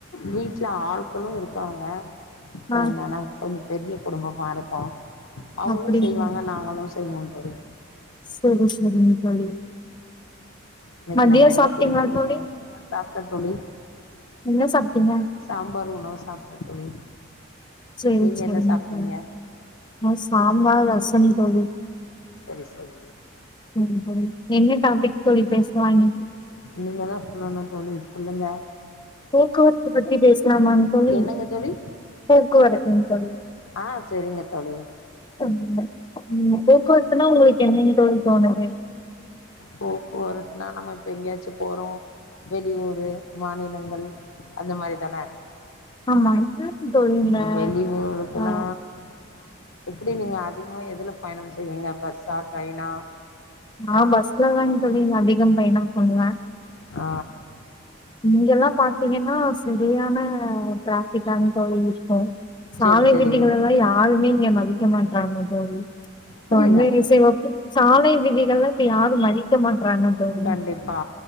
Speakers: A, on the left; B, on the left.
A: வீட்ல ஆள்களு இருக்காங்க
B: ஆ
A: என்னன்ன கொஞ்சோ பெரிய குடும்பமா இருக்கு அவுங்களு
B: அப்டிங்களா
A: செய்வாங்க நாங்களு செய்வோ தோழி
B: செரி செரிங்க தோழி
A: இன்னைக்கு
B: மதிய
A: நம்ம
B: சாப்ட்டீங்களா
A: என்ன குறிப்பு வித
B: தோழி
A: ஆ சாப்ட்டே தோழி
B: என்ன சாப்டிங்க
A: சாம்பாரு உணவு சாப்ட்டே தோழி
B: சரி
A: நீங்க
B: சரிங்க
A: என்ன சாப்ட்டீங்க
B: தோழி நா சாம்பார் ரசம் தோழி
A: சரி சரி
B: சரி சரி என்ன டாபிக் தோழி பேசலா இன்னைக்
A: நீங்கதா சொல்லனு தோழி சொல்லுங்க
B: போக்குவரத்து பத்தி பேசலாமாங்க தோழி
A: என்னங்க தோழி
B: போக்குவரத்துங்க தோழி
A: ஆ செரிங்க தோழி
B: ம் போக்குவரத்துன்னா ஒங்களுக்கு என்னங்க தோழி தோணுது
A: போக்குவரத்துனா நம்ம இப்ப எங்கேயாச்சு போறோ வெளியூரு மாநிலங்கள் அந்த மாரி தான
B: ஆமா எனக்கு தோழி இந்த
A: வெளி ஊருக்ல்லா
B: ஆ
A: எப்டி நீங்க அதிகமாக எதுல பயணம் செய்வீங்க பஸ்ஸா ட்ரெயின்னா
B: நா பஸ்லதாங் தோழி அதிகம் பயணம் பண்ணுவே
A: ஆ
B: இங்கெல்லா பாத்தீங்கன்னா சரியான ட்ராபிக்காங் தோழி இருக்கு சாலை
A: செரி செரி
B: விதிகளல்லா யாருமே இங்க மதிக்க மாட்டாங்க தோழி
A: புரில
B: ஒன்வே சரி ஓகே சாலை விதி இங்கள்ளா இப்ப யாரு மதிக்க மாட்றாங்க தோழி
A: கண்டிப்பா